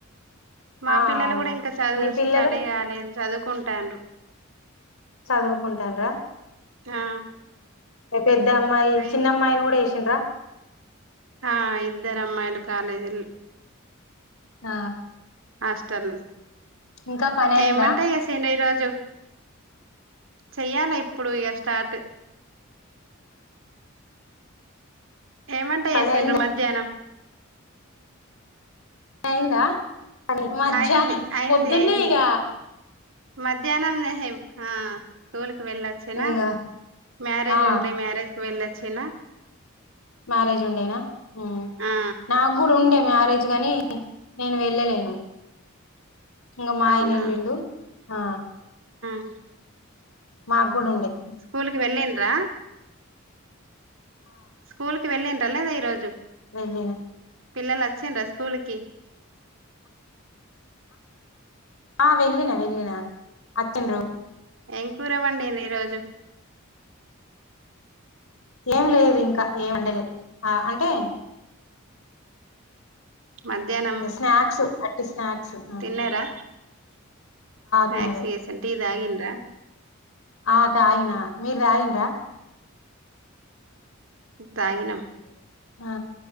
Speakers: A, on the right; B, on the left.
A: మా
B: ఆ
A: పిల్లలు
B: అవును
A: కూడా ఇంకా చదువు
B: మీ పిల్లలు
A: స్టడీ కాలేదు చదువుకుంటరు
B: చదువుకుంటాన్ రా
A: ఆ
B: పెద్ద అమ్మాయి
A: అయి
B: చిన్న అమ్మాయిని కూడా ఎసిండ్రా
A: ఆ ఇద్దరు అమ్మాయిలు కాలేజీల్
B: ఆ
A: హస్టల్
B: ఇంకా పని అయిందా
A: ఏం వంట చేసిన్ర్రు ఈరోజు చెప్ చెయ్యాలే ఇప్పుడు ఇగా స్టార్ట్ ఏంవంట
B: పని
A: చేసిండ్రు
B: అయిందా
A: మధ్యాహ్నం
B: అయిందా పని మధ్యహ్న
A: అయింది అయింది
B: పొద్దున్నే
A: అయింది
B: ఇక
A: మధ్యాహ్నం నహీ స్కూల్కివెళ్ళొచిన
B: ఇక
A: మ్యారేజ్
B: ఆ
A: ఉండే మ్యారేజ్కి వెళ్ళొచినా
B: మ్యారేజ్ ఉండేనా హమ్
A: ఆ
B: మాక్ కూడా ఉండే మ్యారేజ్ కాని నేను వెళ్ళలేను ఇంగా మా
A: అవునా
B: అయన వెల్ళిండు ఆ
A: అ
B: మాక్ కూడా ఉండే
A: స్కూల్కి వెళ్ళిన్రా స్కూల్ కి వెళ్ళిండ్రా లేదా ఈ రోజు
B: వెళ్లినా
A: పిల్లలు వచ్చింరా స్కూల్కి
B: ఆ వెళ్ళిన వెళ్ళిన అచిన్రు
A: ఏం కూరవండిరు ఈ రోజు
B: ఏమి లేదు ఇంకా ఏ వండలే ఆ అంటే
A: మధ్యాహ్నం
B: స్నాక్స్ అటి స్నాక్స్ ఆ
A: తిన్నారా స్నాక్స్
B: తినరు.
A: చేసి టీ తాగిన్రా
B: ఆ తాగినా మీరు తాగిన్రా
A: తాగినం
B: ఆ